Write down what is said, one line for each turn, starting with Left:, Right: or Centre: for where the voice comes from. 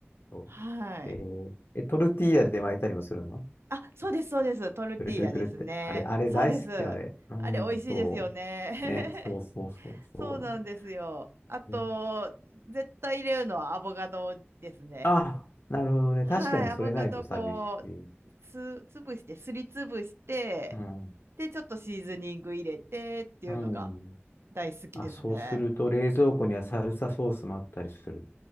Left: ほど。
Right: はい。
Left: えーえ、トルティーヤで巻いたりもするの
Right: なんあ、そうです、そうです。トルティーヤですね。
Left: くるくるくるって。あれ、あれ大好き、
Right: そうです。
Left: あれ。うん、
Right: あれ、美味しいですよね。
Left: そう。ね、そうそうそうそ
Right: <laughs> そうなんですよ。あと、
Left: う。えー
Right: 絶対入れるのはアボカドですね。
Left: あ、なるほどね。
Right: はい、
Left: 確かにそれないと寂しい。
Right: アボカドこう、つ、ぶして、すりつぶして、
Left: うん。
Right: で、ちょっとシーズニング入れてっていうのが
Left: うん。
Right: 大好きですね。
Left: あ、そうすると冷蔵庫にはサルサソースもあったりする。